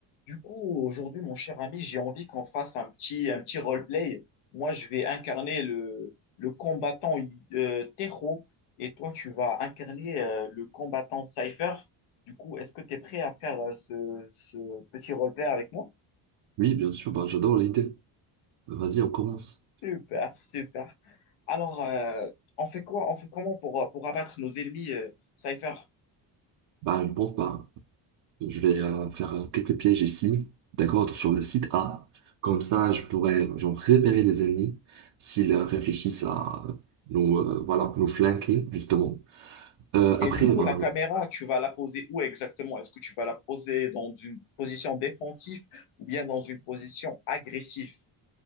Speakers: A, on the left (about 80°); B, on the right (about 75°).
A: Du coup, aujourd'hui, mon cher ami, j'ai envie qu'on fasse un petit, un petit roleplay. Moi, je vais incarner le, le combattant euh, Tejo et toi, tu vas incarner euh, le combattant Cypher. Du coup, est-ce que tu es prêt à faire euh, ce, ce petit roleplay avec moi?
B: Oui, bien sûr, bah, j'adore l'idée. Vas-y, on commence.
A: Super, super. Alors, euh, on fait quoi? On fait comment pour, euh, pour abattre nos ennemis, euh, Cypher?
B: Bah, je pense, bah, je vais euh, faire euh, quelques pièges ici, d'accord, sur le site A. Comme ça, je pourrais, genre, repérer les ennemis s'ils euh, réfléchissent à nous, euh, voilà, nous flanquer, justement. Euh,
A: Et
B: après,
A: du coup,
B: ben
A: la caméra, tu vas la poser où exactement? Est-ce que tu vas la poser dans une position défensive ou bien dans une position agressive?